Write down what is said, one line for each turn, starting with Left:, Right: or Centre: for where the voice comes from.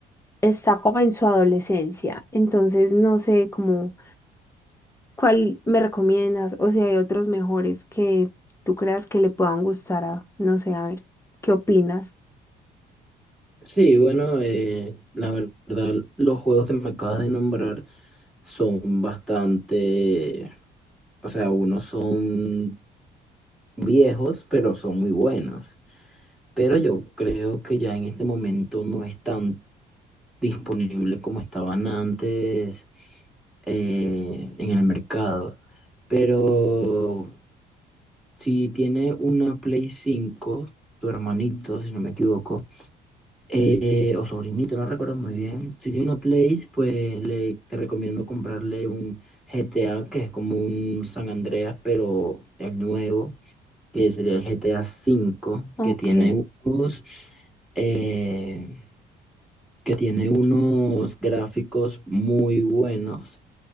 Left: está como en su adolescencia, entonces no sé cómo, cuál me recomiendas o si hay otros mejores que tú creas que le puedan gustar a, no sé, a ver, ¿qué opinas?
Centre: Sí, bueno, eh, la verdad, los juegos que me acabas de nombrar son bastante, o sea, unos son viejos, pero son muy buenos. Pero yo creo que ya en este momento no es tan disponible como estaban antes eh, en el mercado. Pero Si tiene una Play 5 tu hermanito, si no me equivoco, eh, o sobrinito, no recuerdo muy bien. Si tiene una Play, pues le, te recomiendo comprarle un GTA, que es como un San Andreas, pero el nuevo, que sería el GTA 5
Left: Ok.
Centre: que tiene unos, eh, que tiene unos gráficos muy buenos.